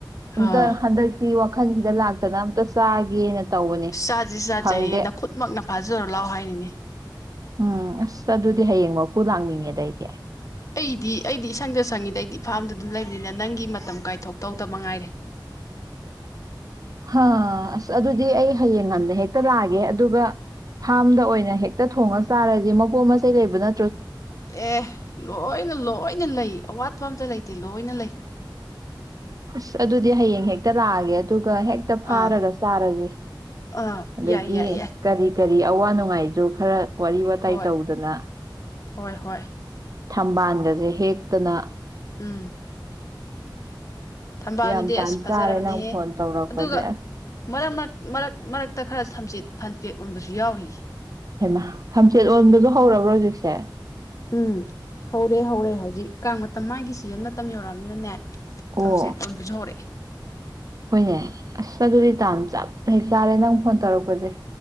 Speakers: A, on the left (about 40°); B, on the right (about 45°).
A: ꯑꯥ
B: ꯑꯝꯇ ꯍꯟꯗꯛꯇꯤ ꯋꯥꯈꯜꯁꯤꯗ ꯂꯥꯛꯇꯅ ꯑꯝꯇ ꯆꯥꯒꯦꯅ ꯇꯧꯕꯅꯦ
A: ꯆꯥꯖꯤ ꯆꯥꯖꯦ
B: ꯐꯪꯗꯦ
A: ꯍꯥꯏꯌꯦ ꯅꯈꯨꯠꯃꯛꯅ ꯐꯥꯖꯔꯣ ꯂꯥꯎ ꯍꯥꯏꯅꯤꯅꯦ
B: ꯎꯝ ꯑꯁ ꯑꯗꯨꯗꯤ ꯍꯌꯦꯡꯃꯛꯄꯨ ꯂꯥꯛꯅꯤꯡꯉꯦꯗ ꯑꯩꯗꯤ
A: ꯑꯩꯗꯤ ꯑꯩꯗꯤ ꯏꯁꯪꯗ ꯁꯪꯉꯤꯗ ꯑꯩꯗꯤ ꯐꯥꯝꯗ ꯑꯗꯨꯝ ꯂꯩꯕꯅꯤꯅ ꯅꯪꯒꯤ ꯃꯇꯝ ꯀꯥꯏꯊꯣꯛ ꯇꯧꯗꯕ ꯉꯥꯏꯔꯦ
B: ꯑ ꯑꯁ ꯑꯗꯨꯗꯤ ꯑꯩ ꯍꯌꯦꯡ ꯉꯟꯗ ꯍꯦꯛꯇ ꯂꯥꯛꯑꯒꯦ ꯑꯗꯨꯒ ꯐꯥꯔꯝꯗ ꯑꯣꯏꯅ ꯍꯦꯛꯇ ꯊꯣꯡꯉ ꯆꯥꯔꯖꯤ ꯃꯄꯣꯠ ꯃꯆꯩ ꯂꯩꯕꯅ
A: ꯑꯦ ꯂꯣꯏꯅ ꯂꯣꯏꯅ ꯂꯩ ꯑꯋꯥꯠ ꯑꯝꯇ ꯂꯩꯇꯦ ꯂꯣꯏꯅ ꯂꯩ
B: ꯑꯁ ꯑꯗꯨꯗꯤ ꯍꯌꯦꯡ ꯍꯦꯛꯇ ꯂꯥꯛꯑꯒꯦ ꯑꯗꯨ ꯍꯦꯛꯇ
A: ꯑꯥ
B: ꯐꯥꯔꯒ ꯆꯥꯔꯁꯤ
A: ꯑꯥ
B: ꯑꯗꯒꯤ
A: ꯌꯥꯏ ꯌꯥꯏ ꯌꯥꯏ
B: ꯀꯔꯤ ꯀꯔꯤ ꯑꯋꯥ ꯅꯨꯡꯉꯥꯏꯁꯨ ꯈꯔ ꯋꯥꯔꯤ ꯋꯥꯇꯥꯏ
A: ꯍꯣꯏ
B: ꯇꯧꯗꯅ
A: ꯍꯣꯏ ꯍꯣꯏ
B: ꯊꯝꯕꯥꯜꯒꯁꯦ ꯍꯦꯛꯇꯅ
A: ꯎꯝ
B: <inaudible>
A: ꯊꯝꯕꯥꯜꯗꯨꯗꯤ
B: ꯌꯥꯝ ꯇꯥꯟ
A: ꯑꯁ ꯐꯖꯔꯕꯅꯦꯍꯦ
B: ꯆꯥꯔꯦ ꯅꯪ ꯐꯣꯟ ꯇꯧꯔꯛꯄꯁꯦ
A: ꯑꯗꯨꯒ
B: ꯑꯁ
A: ꯃꯔꯛ ꯃꯔꯛ ꯃꯔꯛꯇ ꯈꯔꯠ ꯌꯝꯗꯁꯨ ꯌꯥꯎꯔꯤ
B: ꯍꯩꯃ ꯐꯝꯆꯦꯠ ꯑꯣꯟꯕꯗꯣ ꯍꯧꯔꯕ꯭ꯔꯣ ꯍꯧꯖꯤꯛꯁꯦ
A: ꯎꯝ ꯍꯧꯔꯦ ꯍꯧꯔꯦ ꯍꯧꯖꯤꯛ ꯀꯥꯡ ꯃꯇꯝ ꯃꯥꯒꯤ ꯁꯤꯖꯟ ꯃꯇꯝ ꯌꯧꯔꯛꯑꯕꯅꯤꯅꯅꯦ
B: ꯑꯣ
A: ꯊꯝꯆꯦꯠ ꯑꯣꯟꯕꯁꯨ ꯍꯧꯔꯛꯑꯦ
B: ꯍꯣꯏꯅꯦ ꯑꯁ ꯆ ꯑꯗꯨꯗꯤ ꯇꯥꯅ ꯆꯞ ꯍꯦꯛ ꯆꯥꯔꯦ ꯅꯪ ꯐꯣꯟ ꯇꯧꯔꯛꯄꯁꯦ